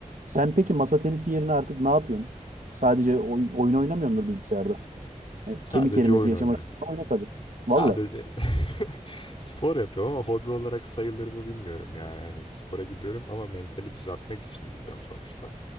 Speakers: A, on the right (about 70°); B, on the left (about 40°).
A: Sen peki masa tenisi yerine artık ne yapıyorsun? Sadece oyun, oyun oynamıyordur bilgisayarda. E,
B: Sadece
A: kemik erimesi
B: oyun
A: yaşamak
B: oynuyorum.
A: istiyorsan oyna tabii.
B: Sadece
A: Valla.
B: <laughs> spor yapıyorum ama hobi olarak sayılır mı bilmiyorum ya. Yani spora gidiyorum ama mentali düzeltmek için gidiyorum sonuçta.